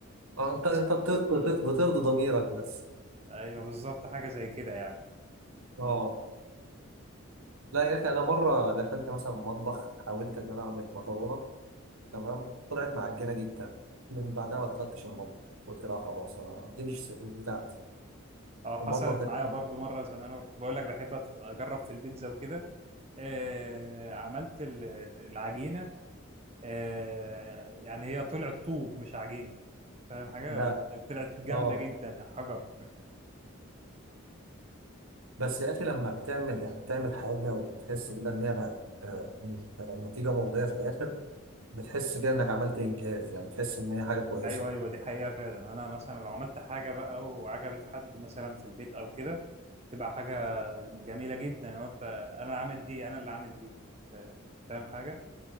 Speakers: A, on the right; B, on the right.
A: اه انت
B: بس
A: انت بت- بت- بترضي ضميرك بس
B: ايوه بالظبط حاجه زي كده يعني
A: اه لا يا اخي انا مره دخلت مثلا مطبخ حاولت ان انا اعمل مكرونه تمام طلعت معجنه جدا من بعدها ما دخلتش المطبخ قلت لا خلاص انا دي مش مش بتاعتي
B: اه حصلت
A: المطبخ ده
B: معايا
A: كتير.
B: برضو مره زي ما انا كنت بقول لك بحب أت- اجرب في البيتزا وكده أه عملت ال- ال- العجينه أه يعني هي طلعت طوب مش عجينه فاهم حاجه
A: ده
B: طلعت جامده
A: اه
B: جدا حجر
A: بس يا اخي لما بتعمل يعني بتعمل حاجه وتحس كده ان هي بقت آه، النتيجه مرضيه في الاخر بتحس كده انك عملت انجاز يعني بتحس ان هي حاجه كويسه
B: ايوه ايوه دي حقيقه فعلا انا مثلا لو عملت حاجه بقى وعجبت حد مثلا في البيت او كده تبقى حاجه جميله جدا لو انت انا عامل دي انا اللي عامل دي فا- فاهم حاجه